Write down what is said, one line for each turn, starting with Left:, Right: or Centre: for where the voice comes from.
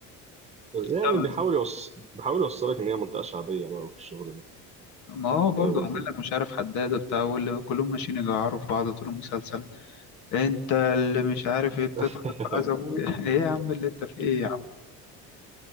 Right: بس يعني
Left: لا بس
Right: بيحاول يوص... بيحاول يوصلك إن هي منطقة شعبية بقى في الشغل ده
Left: ما هو برضه
Right: فاهم
Left: عامل
Right: قصدي؟
Left: لك مش عارف حداد بتاع واللي كلهم ماشيين يجعروا في بعض طول المسلسل انت اللي مش عارف ايه بتضحك
Right: <laughs>
Left: في عز ابويا <laughs> ايه يا عم اللي انت في ايه يا عم